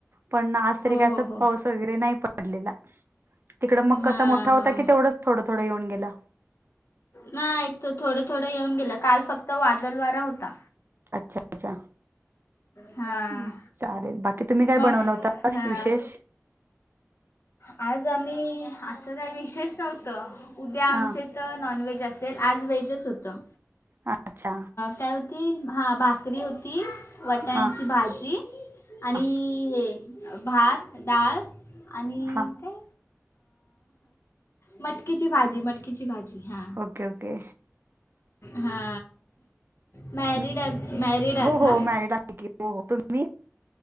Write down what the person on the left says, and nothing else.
हो
हो हो
हां
हां
नाई, इथं थोडा थोडा येऊन गेला. काल फक्त वादल वारा होता
हां
मग
हां
आज आम्ही असं काही विशेष नव्हतं उद्या आमचे
तर नॉन व्हेज असेल आज व्हेजच होतं.
काय होती हा भाकरी होती वटाण्याची
भाजी आणि
हे भात डाळ आणि
काय? मटकीची भाजी मटकीची भाजी हां.
हा.. मॅरीड
आहात, मॅरीड आहेत
ना?